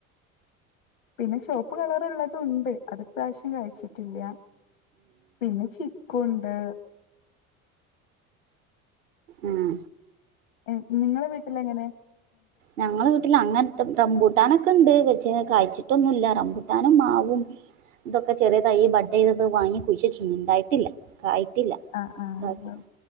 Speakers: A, on the left (about 75°); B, on the right (about 65°).
A: പിന്നെ ചോപ്പ് കളറ്ള്ളതും ഇണ്ട് അത് ഇപ്രാശ്യം കയിച്ചിട്ടില്യ പിന്നെ ചിക്കു ഇണ്ട്
B: ഏഹ്
A: ഏഹ് നിങ്ങളെ വീട്ടിലെങ്ങെനെ
B: ഞങ്ങള വീട്ടില് അങ്ങൻത്തെ റംബു ട്ടാനൊക്കെ ഇണ്ട് പച്ചേ കായ്ച്ചിട്ടൊന്നുല്ല റംബുട്ടാനും മാവും ഇതൊക്കെ ചെറിയ തയ്യ് ബഡെെതത് വാങ്ങി കുഴിച്ച് വെച്ച്ണ് ഇണ്ടായിട്ടില്ല കായിട്ടില്ല
A: ആഹ് ആഹ്
B: ഇതാക്കീ